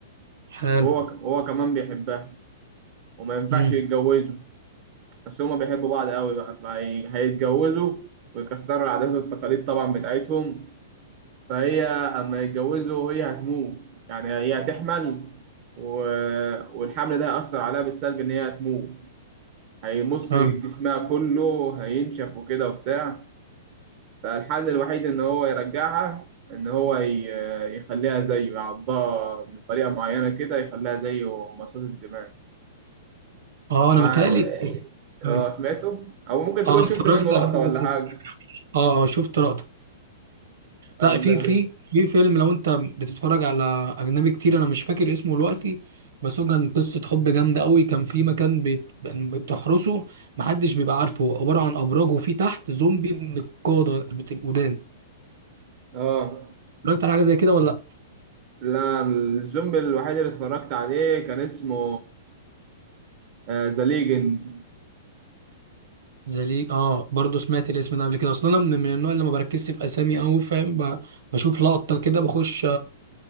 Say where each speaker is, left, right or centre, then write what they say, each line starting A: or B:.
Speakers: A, on the right; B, on the right.
A: حلو
B: هو ك- هو كمان بيحبها وما ينفعش
A: امم
B: يتجوزوا بس هما بيحبوا بعض قوي بقى فهيتجوزوا ويكسروا العادات والتقاليد طبعا بتاعتهم فهي اما يتجوزوا هي هتموت يعني هي هتحمل و... والحمل ده هيأثر عليها بالسلب ان هي هتموت هيمص
A: حلو
B: جسمها كله هينشف وكده وبتاع فالحل الوحيد ان هو يرجعها ان هو ي... يخليها زيه يعضها بطريقة معينة كده يخليها زيه مصاص الدماء
A: اه انا
B: وعن-
A: متهيألي
B: اه
A: حلو
B: سمعته او ممكن تكون
A: اه اتفرجت
B: شفت منه لقطة
A: على حاجه
B: ولا
A: زي كده
B: حاجة
A: اه اه شفت لقطه
B: ولا
A: لا في في
B: ب...
A: في فيلم لو انت بتتفرج على اجنبي كتير انا مش فاكر اسمه دلوقتي بس هو كان قصه حب جامده قوي كان في مكان بيت- بتحرسه محدش بيبقى عارفه عباره عن ابراج وفي تحت زومبي من القاده بت- القدام
B: اه
A: اتفرجت على حاجه زي كده ولا لا
B: لا الزومبي الوحيد اللي اتفرجت عليه كان اسمه آه، ذا ليجند
A: زي ليه اه برضه سمعت الاسم ده قبل كده اصلا انا من من النوع اللي ما بركزش في اسامي قوي فاهم ب- بشوف لقطه كده بخش